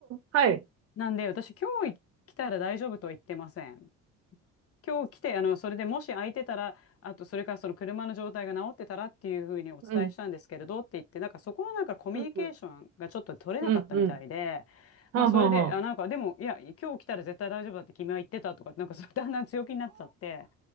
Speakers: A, on the right; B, on the left.
A: はい。
B: なんで、私、今日来たら大丈夫とは言ってません。今日来て、あの、それでもし空いてたら、あと、それからその車の状態が治ってたらっていうふうにお伝えしたんですけれどって言って、
A: うん。
B: なんかそこのなんかコミュニケーションがちょっと取れなかったみたいで、
A: うん。うん。うん。うん。はあはあはあ。
B: まあそれで、あ、なんかでも、いや、今日来たら絶対大丈夫だって君は言ってたとか、なんかそうだんだん強気になっちゃって、